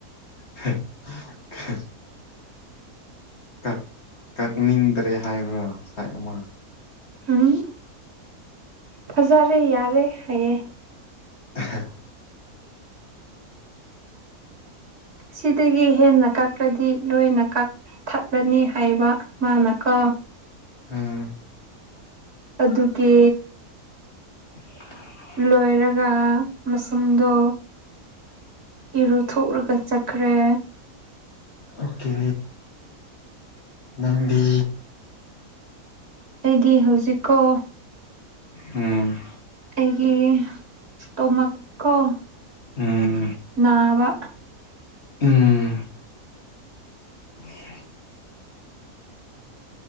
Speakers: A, on the left (about 45°); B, on the right (about 45°).
A: ꯍ ꯑꯍ ꯀꯛ ꯀꯛꯅꯤꯡꯗ꯭ꯔꯦ ꯍꯥꯏꯕ ꯁꯥꯏ ꯑꯃ
B: ꯎꯝ ꯐꯖꯔꯦ ꯌꯥꯔꯦ ꯍꯥꯏꯌꯦ
A: ꯑꯍ
B: ꯁꯤꯗꯒꯤ ꯍꯦꯟꯅ ꯀꯛꯂꯗꯤ ꯂꯣꯏꯅ ꯀꯛꯊꯠꯂꯅꯤ ꯍꯥꯏꯕ ꯃꯥꯅ ꯀꯣ
A: ꯎꯝ
B: ꯑꯗꯨꯒꯤ
A: <inaudible>
B: ꯂꯣꯏꯔꯒ ꯃꯁꯝꯗꯣ ꯏꯔꯨꯊꯣꯛꯔꯒ ꯆꯠꯈ꯭ꯔꯦ
A: ꯑꯣꯀꯦ ꯅꯪꯗꯤ
B: ꯑꯩꯗꯤ ꯍꯧꯖꯤꯛꯀꯣ
A: ꯎꯝ
B: ꯑꯩꯒꯤ ꯢꯁꯇꯣꯃꯛꯀꯣ
A: ꯎꯝ
B: ꯅꯥꯕ
A: ꯎꯝ <inaudible>